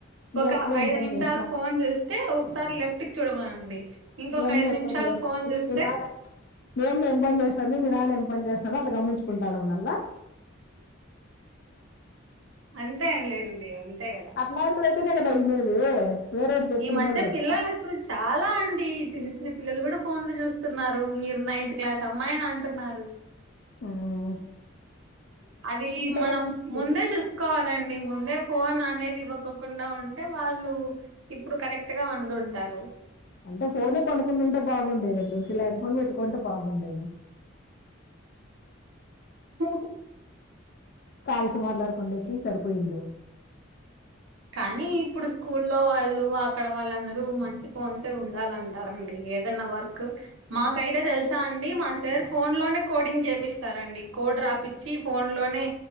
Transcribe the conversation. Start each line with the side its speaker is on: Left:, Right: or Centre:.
Left: మీ
Right: ఒక
Left: అమ్మ ఏం
Right: ఐదు
Left: పని
Right: నిమిషాలు
Left: చేస్తాంది
Right: ఫోన్ చూస్తే ఒకసారి లెఫ్ట్‌కి చూడమనండి ఇంకొక
Left: మీ అమ్మ
Right: ఐదు
Left: ఏం
Right: నిమిషాలు
Left: పని చేస్తాంది
Right: ఫోన్ చూస్తే
Left: మీ నాన్న మీ అమ్మ ఏం పని చేస్తాంది మీ నాన్న ఏం పని చేస్తామో అట్లా గమనించుకుంటా ఉండాల్నా
Right: అంతే అంన్‌లేండి అంతే కదా
Left: ఇలాంటి వైతేనే కదా ఇనేది వేరేటి చెప్తే
Right: ఈ మధ్య
Left: ఇనరు కదా
Right: పిల్లలు అసలు చాలా అండి చిన్న చిన్న పిల్లలు కూడా ఫోన్లు చూస్తున్నారు మీరు నైన్త్ క్లాస్ అమ్మాయి అని అంటున్నారు
Left: ఉమ్మ్
Right: అది మనం
Left: కదండి
Right: ముందే చూసుకోవాలండి ముందే ఫోన్ అనేది ఇవ్వకొకుండా ఉంటే వాళ్ళు ఇప్పుడు కరెక్ట్‌గా ఉండుంటారు
Left: అంటే ఫోనే కొనకుండుంటే బాగుండేదండి ఉర్కే ల్యాండ్ ఫోన్ పెట్టుకుంటే బాగుండేను
Right: హ
Left: కాల్స్ మాట్లాడుకుండేకి సరిపోయిండు
Right: కానీ ఇప్పుడు స్కూల్లో వాళ్ళు అక్కడ వాళ్ళందరూ మంచి ఫోన్సే ఉండాలంటారండి ఏదైనా వర్క్ మాకైతే తెలుసా అండి మా సార్ ఫోన్లోనే కోడింగ్ చేపిస్తారండి కోడ్ రాపి చ్చి ఫోన్‌లోనే